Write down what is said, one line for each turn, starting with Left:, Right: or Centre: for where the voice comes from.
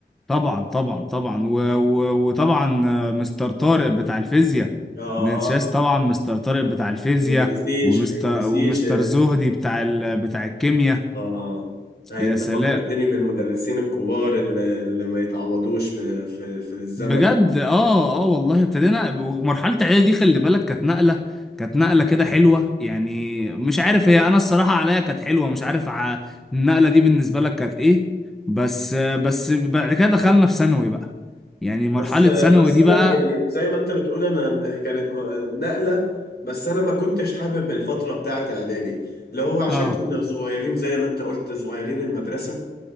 Centre: طبعا طبعا طبعا و... و... وطبعا آه، مستر طارق بتاع الفيزياء
Left: آه
Centre: ننساش طبعا مستر طارق بتاع الفيزياء
Left: ما يتنسيش
Centre: ومستر
Left: ما يتنسيش
Centre: ومستر زهدي بتاع ال... بتاع الكيمياء
Left: اه انت
Centre: يا سلام
Left: فكرتني بالمدرسين الكبار اللي, اللي ما يتعوضوش في, في, في الزمن
Centre: بجد اه اه والله ابتدينا ومرحلة اعدادي دي خلي بالك كانت نقلة كانت نقلة كده حلوة يعني مش عارف هي انا الصراحة عليا كانت حلوة مش عارف ع... النقلة دي بالنسبة لك كانت ايه بس آه، بس بعد كده دخلنا في ثانوي بقى يعني مرحلة
Left: بس بس
Centre: ثانوي دي
Left: انا
Centre: بقى
Left: يعني زي ما انت بتقول انا كانت م- نقلة بس انا ما كنتش حابب الفترة بتاعت اعدادي اللي هو عشان
Centre: اه
Left: كنا صغيرين زي ما انت قلت صغيرين المدرسة